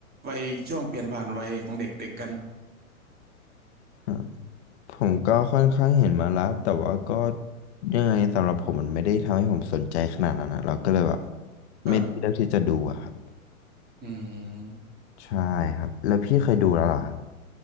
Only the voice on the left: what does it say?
ฮะผมก็ค่อนข้างเห็นมาแล้วแต่ว่าก็ยังไงสำหรับผมมันไม่ได้ทำให้ผมสนใจขนาดนั้นนะเราก็เลยแบบ
ไม่ได้เลือกที่จะดูอะครับ
ใช่ครับแล้วพี่เคยดูแล้วเหรอครับ